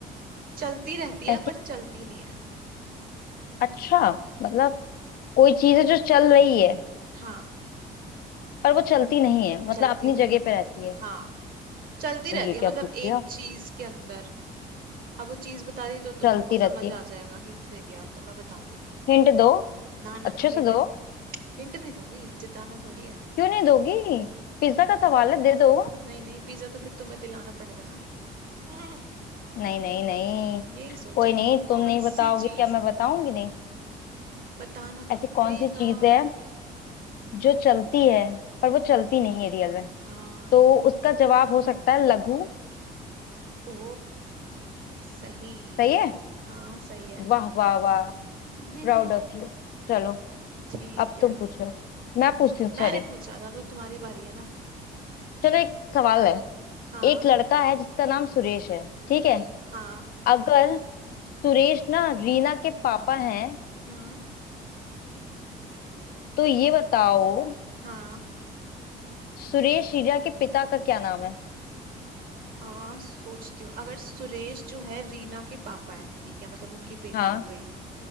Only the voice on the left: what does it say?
ऐसी
अच्छा मतलब कोई चीज है जो चल रही है
पर वो चलती नहीं है मतलब
अपनी
जगह
पे रहती है
ये
क्या
पूछ लिया
चलती
रहती
है
हिंट दो
अच्छे
से
दो
क्यों नहीं दोगी पिज्जा का सवाल है दे दो
नहीं नहीं नहीं
कोई नहीं तुम
नहीं बताओगी
क्या मैं बताऊंगी
नहीं
ऐसी
कौन
सी चीज है जो चलती है पर वो चलती नहीं है रियल में
तो उसका जवाब हो सकता है लघु
सही है
वाह वाह वाह
Proud of you चलो
अब
तुम पूछो मैं पूछती हूँ
सॉरी
चलो एक सवाल है
एक लड़का है जिसका नाम सुरेश है ठीक है
अगर सुरेश ना रीना के पापा हैं
तो ये बताओ
सुरेश रीना के पिता का क्या नाम है
हाँ